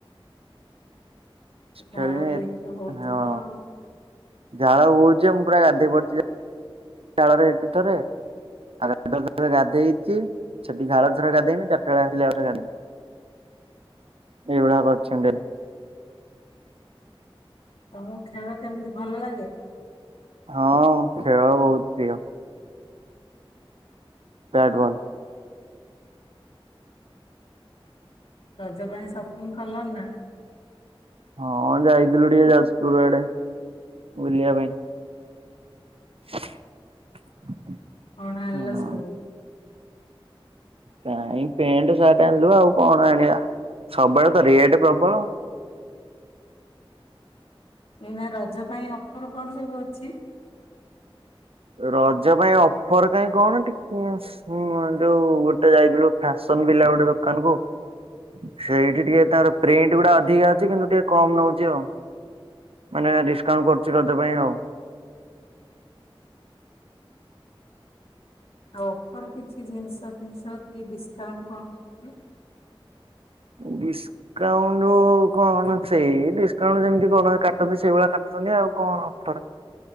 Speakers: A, on the left; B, on the right.
A: ଝାଳ
B: ଖେଳିନି
A: ବୋହିକି ହଉଥିବ
B: ହଁ
A: ଆଉ।
B: ଝାଳ ବୋହୁଛି ଯେ ମୁଁ ପୁରା ଗାଧେଇ ପଡ଼ିଚି ଚାଳରେ ଏଠି ଥରେ <inaudible> ଗାଧେଇ ସେଠି ଝାଳରେ ଥରେ ଗାଧେଇବି ଚାରିଟା ବେଳେ ଆସିଲେ ଆଉ ଥରେ ଗାଧେଇ ଏଇ ଭଳିଆ କରିଛନ୍ତି।
A: ତମକୁ ଖେଳ କେମିତି ଭଲ ଲାଗେ?
B: ହଁ ଖେଳ ବହୁତ ପ୍ରିୟ। Bat ball.
A: ରଜ ପାଇଁ ସପିଙ୍ଗ କଲଣି ନା?
B: ହଁ ଯାଇଥିଲୁ ଟିକେ ଯାଜପୁର ଆଡେ ବୁଲିବା ପାଇଁ। <unintelligible>
A: କଣ ଆଣିଲ
B: ହଁ
A: ସବୁ?
B: କାଇଁ ପେଣ୍ଟ ସାର୍ଟ ଆଣିଲୁ ଆଉ କଣ ଆଣିବା ସବୁଆଡେ ତ ରେଟ୍ ପ୍ରବଳ।
A: ଏଇନା ରଜ ପାଇଁ ଅଫର କଣ ସବୁ ଅଛି?
B: ରଜ ପାଇଁ ଅଫର କାଇଁ କଣ <unintelligible> ହୁଁ ଯୋଉ ଗୋଟେ ଯାଇଥିଲୁ ଫ୍ୟାସନ ଭିଲା ଗୋଟେ ଦୋକାନ କୁ। ସେଇଠି ଟିକେ ତାର ପ୍ରିଣ୍ଟ ଗୁଡା ଅଧିକା ଅଛି କିନ୍ତୁ ଟିକେ କମ ନଉଛି ଆଉ। ମାନେ ଡିସକାଉଣ୍ଟ କରୁଛି ରଜ ପାଇଁ ଆଉ।
A: ଆଉ ଅଫର କିଛି ଜିନିଷ ଫିନିଷ କି ଡିସକାଉଣ୍ଟ କଣ କିମିତି।
B: ଡିସ୍କ ଡିସ୍‌କାଉଣ୍ଟ କଣ ସେଇ ଡିସକାଉଣ୍ଟ ଯେମତି ଯୋଉମାନେ କାଟନ୍ତି ସେଇଭଳିଆ କାଟୁଛନ୍ତି ଆଉ କଣ